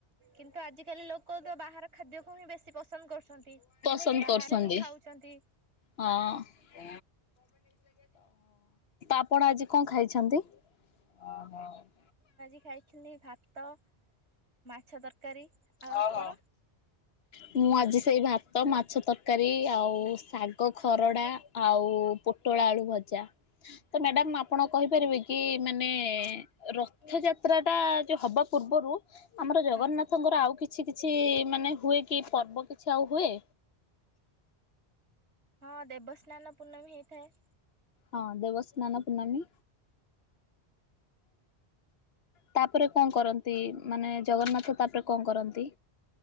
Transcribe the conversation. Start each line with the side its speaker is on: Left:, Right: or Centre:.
Right: କିନ୍ତୁ ଆଜିକାଲି ଲୋକ ତ ବାହାର ଖାଦ୍ୟକୁ ହିଁ ବେଶି ପସନ୍ଦ କରୁଛନ୍ତି।
Left: ପସନ୍ଦ
Right: ବାହାରେ
Left: କରଛନ୍ତି।
Right: ହିଁ ଖାଉଛନ୍ତି
Left: ହଁ। ତ ଆପଣ ଆଜି କଣ ଖାଇଛନ୍ତି? <inaudible>
Right: ମୁଁ ଆଜି ଖାଇଥିଲି ଭାତ, ମାଛ ତରକାରୀ। ଆଉ
Left: ଓ
Right: ଆପଣ
Left: ହୋ। ମୁଁ ଆଜି ସେଇ ଭାତ ମାଛ ତରକାରୀ ଆଉ ଶାଗ ଖରଡ଼ା। ଆଉ ପୋଟଳ ଆଳୁ ଭଜା। ତ ମ୍ୟାଡ଼ାମ ଆପଣ କହିପାରିବେ କି ମାନେ ରଥ ଯାତ୍ରାଟା ଯୋ ହବା ପୂର୍ବରୁ ଆମର ଜଗନ୍ନାଥଙ୍କର
Right: ହଁ
Left: ଆଉ କିଛି କିଛି ମାନେ ହୁଏ କି ପର୍ବ କିଛି ଆଉ ହୁଏ।
Right: ହଁ ଦେବସ୍ନାନ ପୂର୍ଣ୍ଣମା ହେଇଥାଏ।
Left: ହଁ ଦେବସ୍ନାନ ପୂର୍ଣମୀ। ତାପରେ କଣ କରନ୍ତି ମାନେ ଜଗନ୍ନାଥ ତାପରେ କଣ କରନ୍ତି।